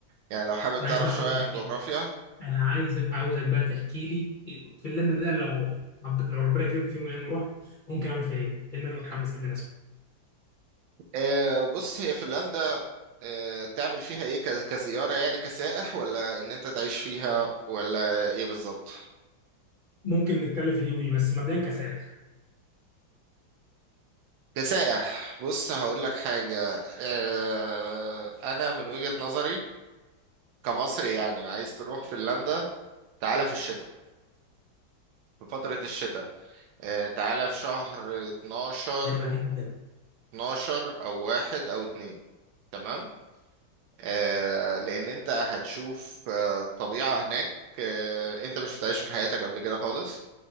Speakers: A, on the right; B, on the left.
A: يعني لو حابب
B: انا
A: تعرف
B: عايز بقى احمد
A: شوية
B: تحكي
A: عن جغرافيا
B: لي انا عايزك عاوزك بقى تحكي لي فنلندا ده لو حب- لو ربنا كرمني في يوم من الايام ورحت ممكن اعمل فيها ايه لان انا متحمس جدا اسمع
A: آه بص هي فنلندا آه تعمل فيها ايه ك... كزيارة يعني كسائح ولا ان انت تعيش فيها ولا ايه بالظبط
B: ممكن نتكلم في دي ودي بس مبدئيا كسائح
A: كسائح بص هقول لك حاجة آه انا من وجهة نظري كمصري يعني عايز تروح فنلندا تعالى في الشتاء في فترة الشتاء آه، تعالى في شهر 12
B: غريبه جدا
A: 12 او واحد او اتنين تمام آه لان انت هتشوف آه طبيعة هناك آه انت ما شفتهاش في حياتك قبل كده خالص